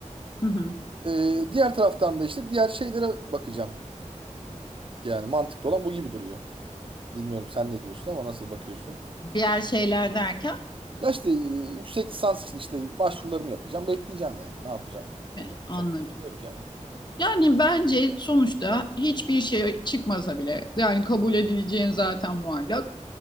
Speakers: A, on the left; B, on the right.
A: Hı hı.
B: Ee, diğer taraftan da işte diğer şeylere bakacağım. Yani mantıklı olan bu gibi duruyor. Bilmiyorum sen ne diyorsun ama nasıl bakıyorsun?
A: Diğer şeyler derken
B: Ya işte e, yüksek lisans için işte başvurularımı yapacağım. Bekleyeceğim yani. Ne yapacağım? Onları
A: e,
B: yapacak
A: anladım.
B: bir şey yok yani.
A: Yani bence sonuçta hiçbir şey çıkmasa bile yani kabul edileceğin zaten muallak.